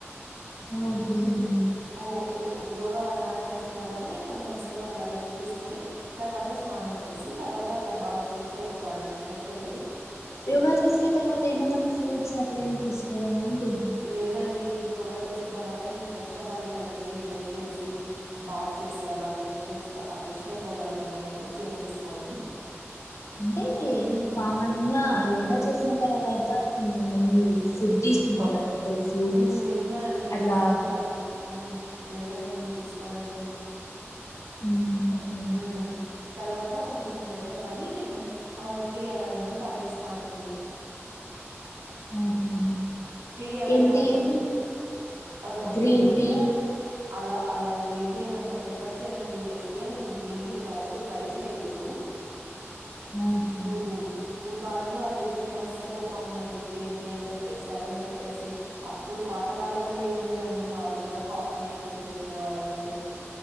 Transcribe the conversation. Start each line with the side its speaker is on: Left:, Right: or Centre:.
Left: ఆ, ఓకే
Right: ఊ
Left: అండి
Right: ఓ యో యోగా వన్ అవర్ చేసిన తర్వాత నేను కొంచెం సేపు అట్లా రెస్ట్ తీసుకొని తర్వాత స్నానం చేసి తర్వాత అట్లా బాగా ఫ్రెష్ అయిపోతా అండి ఫ్రెష్ అయి
Left: యోగా చేసిన తర్వాత ఏమన్నా ఫ్రూట్స్ అట్లేమి తీసుకోరా అండి.
Right: లేదండి యోగా చేసిన తర్వాత నేను ఫ్రెష్ అవ్వాలి కదండి బ్రష్ చేసి బాత్ చేసి అలా ఫ్రెష్ చేస్తా ఆ ఫ్రెష్ అయిపోల్లా కదండి అందుకు చేమ్ తీసుకోను.
Left: <inaudible> అంటే
Right: హ్మ్.
Left: కామన్గా
Right: హ్మ్.
Left: యోగా చేసిన తర్వాత కొంతమంది ఫుడ్ తీసుకుంటారు
Right: అవ్
Left: కదండి ఫ్రూట్స్
Right: నిజమే అండి
Left: అట్లా
Right: తీసుకుంటారు ఉ లేదండి నేను తీసుకోనండి
Left: ఉమ్ ఓకే
Right: ఉ తర్వాత కొంచెం ఫ్రెష్ అప్ అయ్యి నేను ఆ టీ అలా ఏమైనా తాగేస్తా అండి
Left: ఓకే అండి
Right: టీ అలా
Left: ఏం
Right: తాగేసినా
Left: టీ అండి
Right: తర్వాత అవ్కో
Left: గ్రీన్
Right: ఏమంటరంటే
Left: టీ
Right: అలా అలా గ్రీన్ టీ ఏమంత ప్రిఫర్ చేయనండి బేసిక్గా నేను గ్రీన్ టీ ఇంతవరకు ట్రై చేయలేదు.
Left: <inaudible> ఓకే
Right: ఇప్పుడు
Left: అండి
Right: ఇప్పుడు కాలంలో అది ఏదో ఫేమస్ అయిపోతా ఉందండి గ్రీన్ టీ అని చెప్పేస్ కాదని చెప్పేసి అప్పుడు పాతకాలంలో ఏముండేదండి నార్మల్గా కాఫీ అని చేసుకునే వాళ్ళంతే.